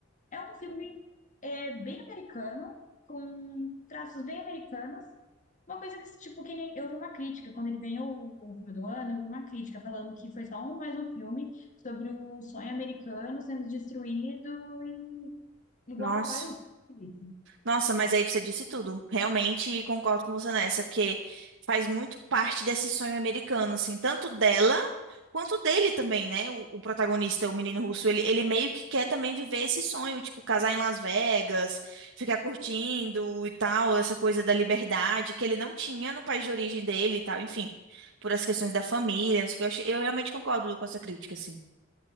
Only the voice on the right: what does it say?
Nossa.
Nossa, mas aí você disse tudo. Realmente concordo com você nessa, porque faz muito parte desse sonho americano, assim, tanto dela quanto dele também, né? O, o protagonista, o menino russo, ele, ele meio que quer também viver esse sonho, tipo, casar em Las Vegas, ficar curtindo e tal, essa coisa da liberdade que ele não tinha no país de origem dele e tal, enfim, por as questões da família, não sei o que, eu, achei- eu realmente concordo com essa crítica, assim.